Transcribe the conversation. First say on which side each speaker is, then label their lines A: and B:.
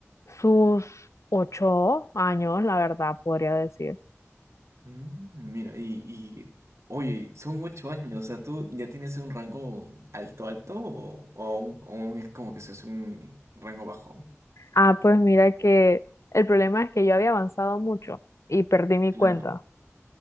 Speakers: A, on the left; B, on the right.
A: sus ocho años, la verdad, podría decir.
B: Mm, Mira, y, y oye, son ocho años, o sea, ¿tú ya tienes un rango alto alto o, o aún, aún es como que se hace un rango bajo?
A: Ah, pues mira que el problema es que yo había avanzado mucho y perdí mi
B: Claro.
A: cuenta.